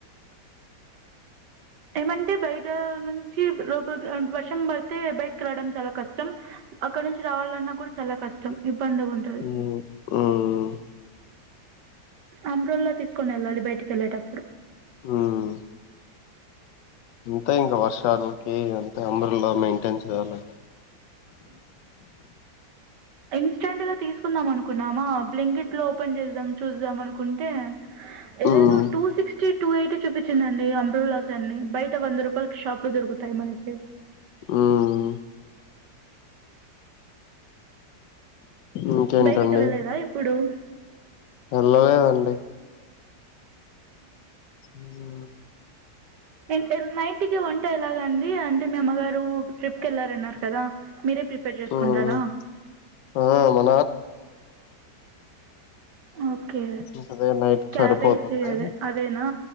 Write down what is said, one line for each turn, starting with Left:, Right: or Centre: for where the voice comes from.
Right: ఏమంటే బయట అక్క నుంచి లొపలి వర్షం పడితే బయటకి రడం చాలా కష్టం అక్కడ నుంచి రావాలన్నా కూడా చాలా కష్టం ఇబ్బందిగా ఉంటది
Left: ఉ ఉ
Right: అప్రల్లో తీసుకొనెళ్లాలి బయటికెళ్లేటప్పుడు
Left: ఉమ్ ఇంకా ఇంకా వర్షాలు అంతే అమ్రాళ్ళ మెయింటైన్ చేయాలి
Right: ఇన్స్టాంగా తీసుకుందాం మనుకున్నామా బ్లింకిట్లో ఓపెన్ చేద్దాం చూద్దాం అనుకు కుంటే
Left: ఉమ్
Right: ఏదేదో టూ సిక్స్టీ టూ ఎమిటీ చూపిచ్చిందండి అంబ్రోలాస్ అన్ని బయట వంద రూపాయలక్ షాప్ లో దొరుగుతాయి మనకి
Left: ఉమ్ ఇంకేంటండి
Right: బయటకెళ్ళలేదా ఇప్పుడు
Left: ఎల్లలేదండి ఉహు
Right: ఎన్ ఎన్ నైట్ కి వంట ఎలాగండి అంటే మీ అమ్మగారు ట్రిప్ కెళ్ళారన్నారు కదా మీరే ప్రిపేర్ చేసుకుంటారా
Left: ఉమ్ ఆ మా
Right: ఓకే
Left: ఇంకదే నైట్కి
Right: క్యాబేజీ
Left: సరిపోతుంది
Right: అదే అదేనా